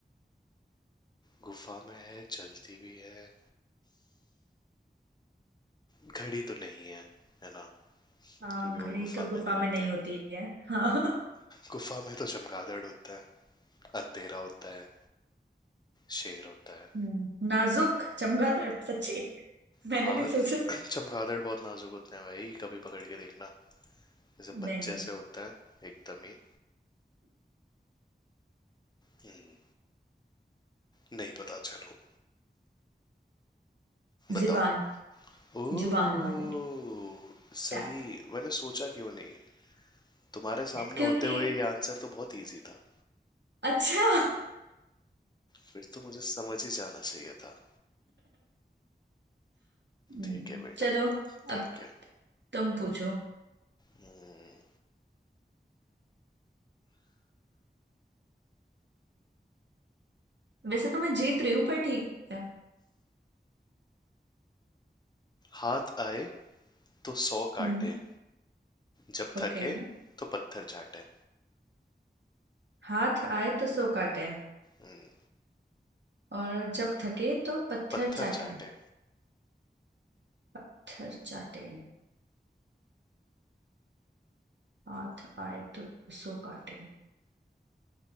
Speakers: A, on the left; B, on the right.
A: गुफा में है चलती भी है घड़ी तो नहीं है है ना
B: हाँ
A: क्योंकि
B: घड़ी
A: वो गुफा
B: तो गुफा
A: में नहीं
B: में
A: रहती
B: नहीं होती है हाँ
A: गुफा में तो चमगादड़ होता है अंधेरा होता है शेर होता है
B: हम्म, नाजुक चमगादड़ सच्ची मैंने
A: हाँ
B: नहीं सोचा
A: <clears throat> चमगादड़ बहुत नाजुक होते हैं भाई कभी पकड़ के देखना जैसे बच्चे
B: नहीं नहीं
A: से होता है एकदम ही Hmm, नहीं पता चलो बताओ
B: जुबान
A: ओह
B: जुबान हमारी
A: सही
B: टा-
A: मैंने सोचा क्यों नहीं तुम्हारे सामने
B: क्योंकि
A: होते हुए ये आंसर तो बहुत इजी था
B: अच्छा
A: फिर तो मुझे समझ ही जाना चाहिए था
B: हम्म,
A: ठीक है बेटा
B: चलो
A: ठीक
B: अब
A: है
B: तुम पूछो
A: हम्म,
B: वैसे तो मैं जीत रही हूँ पर ठीक है
A: हाथ आए तो सौ काटे
B: हम्म
A: जब
B: ओके
A: थके तो पत्थर चाटे
B: हाथ आए तो सो काटे
A: हम्म,
B: और जब थके तो पत्थर
A: पत्थर
B: चाटे
A: चाटे
B: पत्थर चाटे हाथ आए तो सो काटे